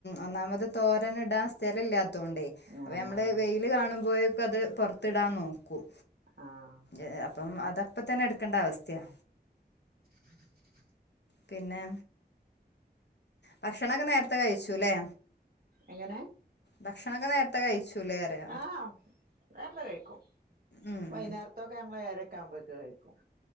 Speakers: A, on the left (about 80°); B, on the right (about 60°).
A: ഒന്നാമത് തോരൻ ഇടാൻ സ്ഥലമില്ല ത്തോണ്ടേ അപ്പൊ
B: ആഹ്
A: നമ്മള് വെയില് കാണുമ്പോഴേക്കും അത് പുറത്തിടാൻ നോ ക്കും
B: ആഹ്
A: എ അപ്പം അതപ്പം തന്നെ എടുക്കണ്ട അവസ്ഥയാ
B: <inaudible>
A: പിന്നെ ഭക്ഷണൊക്കെ നേരത്തെ കഴിച്ചൂല്ലെ
B: എങ്ങനെ
A: ഭക്ഷണൊക്കെ നേരത്തെ കഴിച്ചൂലേ പറയാ
B: ആഹ്‌ നേരത്തെ കഴിക്കും,
A: ഉം
B: വൈന്നേരത്തൊക്കെ ഞങ്ങള് ഏഴരൊക്കെ ആകുമ്പോഴ്‌ക്ക് കഴിക്കും